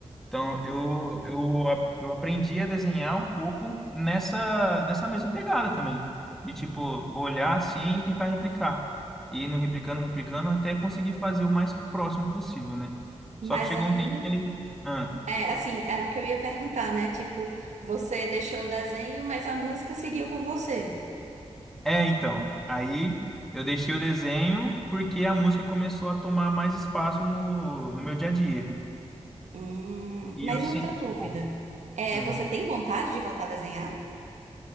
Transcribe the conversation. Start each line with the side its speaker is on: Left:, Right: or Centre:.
Centre: Então, eu, eu, a- eu aprendi a desenhar um pouco nessa, nessa mesma pegada também. De, tipo, olhar assim e tentar replicar. E indo replicando, replicando, até conseguir fazer o mais próximo possível, né?
Right: Mas
Centre: Só que chegou
Right: aí,
Centre: um tempo que aí... Ah,
Right: é assim, era o que eu ia perguntar, né? Tipo, você deixou o desenho, mas a música seguiu com você.
Centre: é, então. Aí eu deixei o desenho porque a música começou a tomar mais espaço no, no meu dia a dia.
Right: Hum,
Centre: E
Right: mas
Centre: eu sempre,
Right: outra dúvida.
Centre: tipo,
Right: É,
Centre: hum,
Right: você tem vontade de voltar a desenhar?